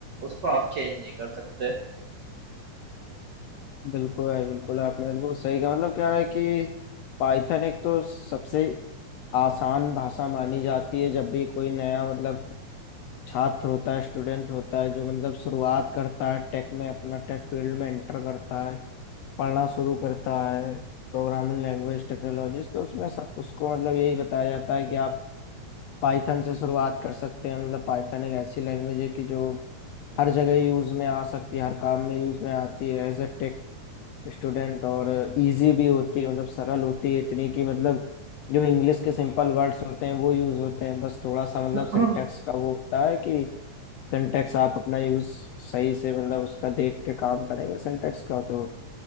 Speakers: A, on the right (about 60°); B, on the left (about 80°).
A: उसको आप चेंज नहीं कर सकते
B: बिल्कुल है बिल्कुल आपने बिल्कुल सही कहा मतलब क्या है कि पाइथन एक तो सबसे आसान भाषा मानी जाती है जब भी कोई नया मतलब छात्र होता है स्टूडेंट होता है जो मतलब शुरुआत करता है टेक में अपना टेक फील्ड में एंटर करता है पढ़ना शुरू करता है प्रोग्रामिंग लैंग्वेज टेक्नोलॉजीज तो उसमें सब उसको मतलब यही बताया जाता है कि आप पाइथन से शुरुआत कर सकते हैं मतलब पाइथन एक ऐसी लैंग्वेज है कि जो हर जगह यूज में आ सकती है हर काम में यूज में आती है एज ए स्टूडेंट और इजी भी होती है मतलब सरल होती है इतनी कि मतलब जो इंग्लिश के सिंपल वर्ड्स होते हैं वो यूज होते हैं बस थोड़ा सा मतलब
A: <clears throat>
B: सिंटेक्स का वो होता है कि सिंटेक्स आप अपना यूज सही से मतलब उसका देख के काम करेंगे सिंटेक्स का तो